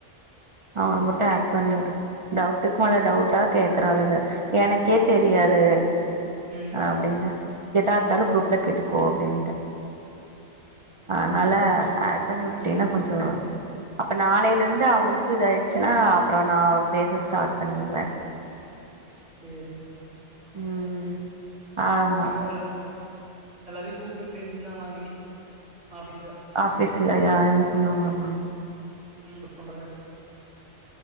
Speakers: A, on the right; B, on the right.
A: சேரி
B: அவங்கள மட்டு ஆட் பண்ணி வுடு டவுட்டுக்கு மேல டவுட்டா கேக்குறாளுக எனக்கே தெரியாது
A: ம்
B: அப்டினு எதா இருந்தாலு குரூப்புல கேட்டுக்கோ அப்டின்ட்டே
A: ம்
B: அனால ஆட் பண்ணி விட்டீன்னா
A: ம்
B: கொஞ்சோ அப்ப நாளையில இருந்து அவங்களு க்கு இத ஆயிடுச்சுனா அப்பறோ நா பேச ஸ்டார்ட் பண்ணிருவே
A: சேரி
B: ம் ஆமா
A: அதாது எல்லாரையு கூப்ட்டு பேசிட்டு இருந்தாங்களா இன்னைக்கி ஆபீஸ்ல
B: ஆபிஸ்லயா என்ன சொன்னாங்களாமா
A: ம் ஒர்க் பன்றக்கு